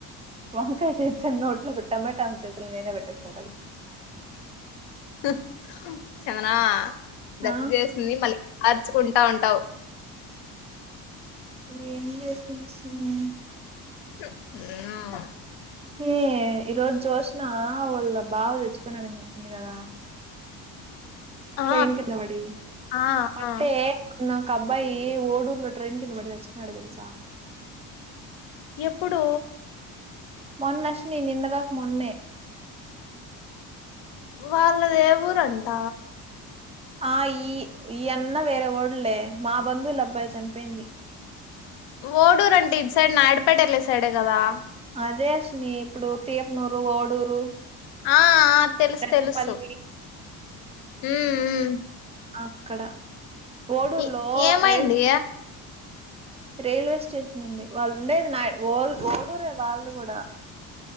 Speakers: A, on the right; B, on the left.
A: వంకాయితేచనోట్ల బె టమాటం చేతులు నేనే పెట్టేసుకుంటది
B: అ చందనా దగ్గు
A: ఆ
B: చేస్తుంది మళ్ళీ అర్చుకుంటా ఉంటావ్
A: ఏంలెద్ <inaudible>
B: ఆ
A: మే ఈరోజు జోసినా వాళ్ళ బావ సచ్చిపోయినాడని చెప్పింది కదా
B: ఆ
A: ట్రైన్ కింద వడి
B: ఆ
A: అంటే
B: ఆ
A: నాకు అబ్బాయి ఓడూరులో ట్రెయిన్ కింద వడిసచ్ పడదెలుసా
B: ప్పుడు
A: మొన్నశని నిన్నకాకా మోన్నె
B: వాళ్ళ దేఊరంట
A: ఆ ఈ ఈ అన్న వేరే వోడ్లే మా బంధువులబ్బాయి చనిపోయింది
B: ఓడూరు అంటే ఇది సైడ్ నాయడుపేట వెళ్ళ సైడే కదా
A: అదే అశ్విని ఇప్పుడు తీపనూరు ఓడూరు
B: ఆ ఆ తెలుసు
A: రెట్టపల్లి
B: తెలుసు మ్మ్ మ్మ్
A: అక్కడ ఓడూర్
B: ఏ
A: లో
B: ఏమైంది
A: రైలా రైల్వే స్టేషన్ ఉంది వాళ్ళు ఉండేది నా ఓ ఓడూరే వాళ్ళది కూడా